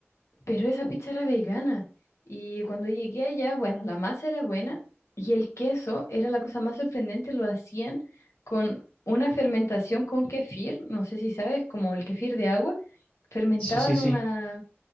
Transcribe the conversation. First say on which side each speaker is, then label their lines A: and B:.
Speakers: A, on the left (about 85°); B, on the left (about 25°).
A: Pero esa pizza era vegana. Y cuando llegué allá, bueno, la masa era buena y el queso era la cosa más sorprendente, lo hacían con una fermentación con kefir, no sé si sabes, como el kefir de agua, fermentaban
B: Sí, sí, sí.
A: una,